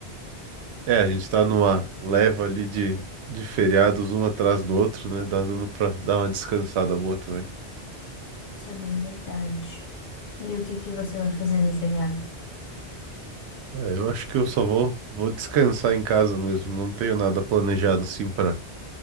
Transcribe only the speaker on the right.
É, a gente tá numa leva ali de, de feriados um atrás do outro, né? Dá dando pra dar uma descansada boa também.
Ah, eu acho que eu só vou, vou descansar em casa mesmo. Não tenho nada planejado assim pra,